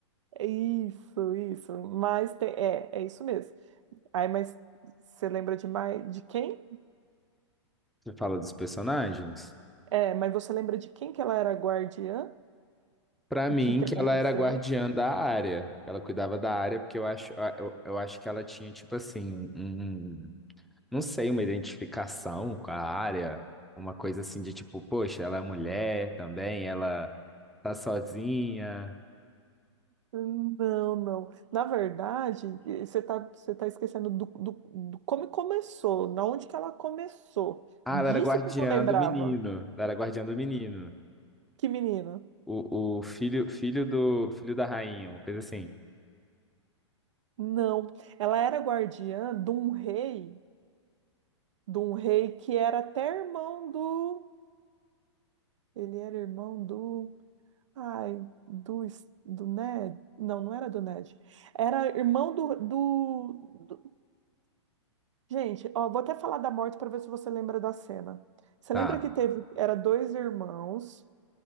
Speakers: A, on the right; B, in the centre.
A: É Isso, isso. Mas te- é, é isso mesmo. Aí, mas você lembra de mais de quem?
B: Você fala dos personagens?
A: É, mas você lembra de quem que ela era guardiã?
B: Pra
A: O
B: mim,
A: que que
B: que
A: aconteceu?
B: ela era guardiã da área. Ela cuidava da área, porque eu acho, eu, eu acho que ela tinha, tipo assim, um. um não sei, uma identificação com a área, uma coisa assim de tipo, poxa, ela é mulher também, ela tá sozinha.
A: Não, não. Na verdade, eh, você está você tá esquecendo do, do, do como começou, na onde que ela começou.
B: Ah,
A: Disso
B: ela era guardiã
A: que eu não lembrava.
B: do menino, ela era guardiã do menino.
A: Que menina?
B: O, o filho, filho do, filho da rainha, uma coisa assim.
A: Não. Ela era guardiã de um rei, de um rei que era até irmão do. Ele era irmão do. Ai, do, Es- do Ned. Não, não era do Ned. Era irmão do, do, do- Gente, ó, vou até falar da morte para ver se você lembra da cena. Você
B: Tá.
A: lembra que teve. Era dois irmãos.